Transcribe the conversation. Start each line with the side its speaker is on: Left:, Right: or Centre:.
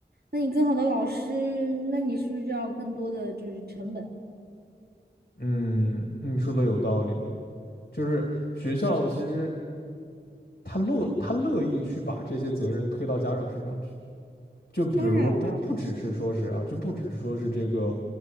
Right: 那你更好的老师，那你是不是就要更多的就是成本？
Left: 嗯，你说的有道理的，就是学校其实他乐他乐意去把这些责任推到家长身上去，就比如说不不只是说是啊，
Right: 当然了，
Left: 就不只是说是这个